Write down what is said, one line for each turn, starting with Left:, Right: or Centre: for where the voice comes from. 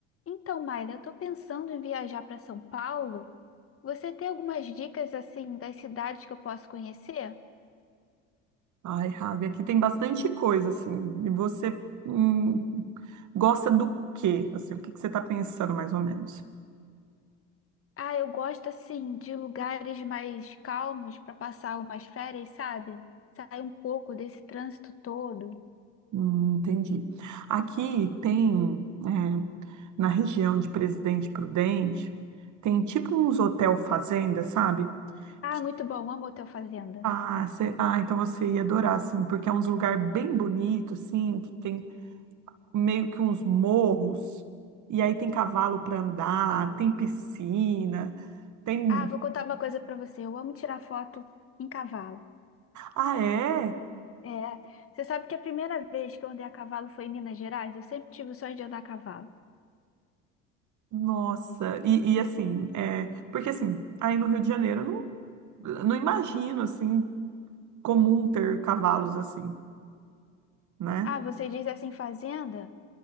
Left: Então, Mayra, eu estou pensando em viajar para São Paulo. Você tem algumas dicas assim das cidades que eu posso conhecer?
Right: Ai, Ravi, aqui tem bastante coisa, assim. E você hum, gosta do quê? Assim, o que que você está pensando, mais ou menos?
Left: Ah, eu gosto assim de lugares mais calmos para passar umas férias, sabe? Sair um pouco desse trânsito todo.
Right: Hum, entendi. Aqui tem, é, na região de Presidente Prudente, tem tipo uns hotel fazenda, sabe?
Left: Ah,
Right: Que-
Left: muito bom, amo Hotel Fazenda.
Right: Ah, cê- ah, então você ia adorar, assim, porque é uns lugar bem bonito, assim, que tem meio que uns morros, e aí tem cavalo para andar, tem piscina, tem...
Left: Ah, vou contar uma coisa para você. Eu amo tirar foto em cavalo.
Right: Ah, é?
Left: É, você sabe que a primeira vez que eu andei a cavalo foi em Minas Gerais? Eu sempre tive o sonho de andar a cavalo.
Right: Nossa, e, e assim, é, porque assim, aí no Rio de Janeiro eu não, não imagino assim comum ter cavalos assim, né?
Left: Ah, você diz assim, fazenda?